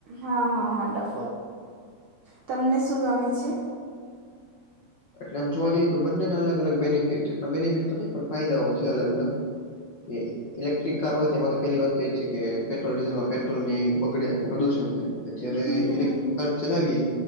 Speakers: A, on the right; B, on the left.
A: હા હા હોન્ડા તમને શું ગમે છે
B: એટલે આમ જોવા જઈએ તો બંને અલગ અલગ બેનિફિટ બેનિફિટ તો નહીં પણ ફાયદાઓ છે અલગ અલગ કે ઇલેક્ટ્રિક કાર હોય તેમાં તો પહેલી વાત તો એ જ છે કે પેટ્રોલ ડીઝલમાં પેટ્રોલ ની બગડે અને પ્રદૂષણ થાય જય્યારે
A: હમ
B: ઇલેક્ટ્રિક કાર ચલાવીય